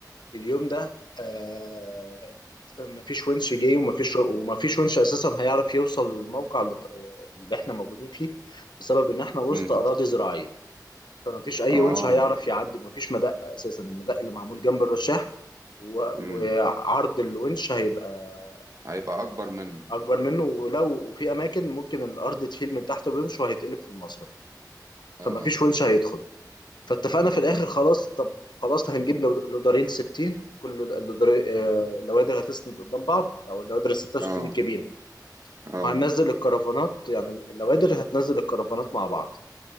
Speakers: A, on the left; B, on the right.
A: اليوم ده آه مفيش ونش جاي ومفيش ومفيش ونش اساسا هيعرف يوصل للموقع اللي اللي احنا موجودين فيه بسبب ان احنا وسط
B: امم
A: اراضي زراعيه فمفيش اي
B: اه
A: ونش هيعرف يعدي مفيش مدق اساسا المدق اللي معمول جنب الرشاح و- وعرض
B: امم
A: الونش هيبقى
B: هيبقى
A: آه،
B: اكبر منه
A: اكبر منه ولو وفي اماكن ممكن الارض تهيل من تحت بونش وهيتقلب في المصرف
B: اه
A: فمفيش ونش هيدخل فاتفقنا
B: امم
A: في الاخر خلاص طب خلاص هنجيب لو- لودارين 60 كل ال- اللودار- آه، اللوادر هتسند قدام بعض او اللوادر ال 66
B: اه
A: الكبيره
B: اه
A: وهننزل الكرفانات يعني اللوادر هتنزل الكرفانات مع بعض